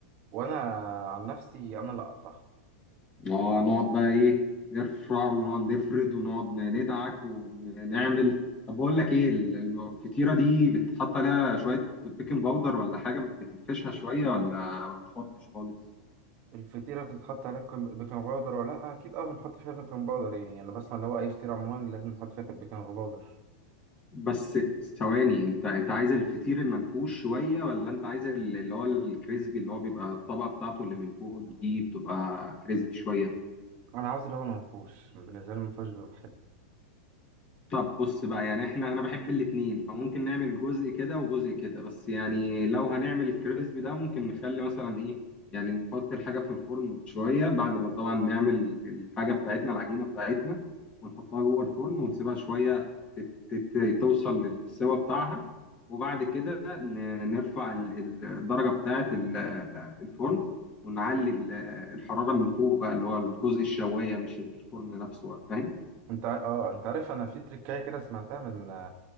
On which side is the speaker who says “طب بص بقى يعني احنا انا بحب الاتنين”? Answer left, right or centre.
Left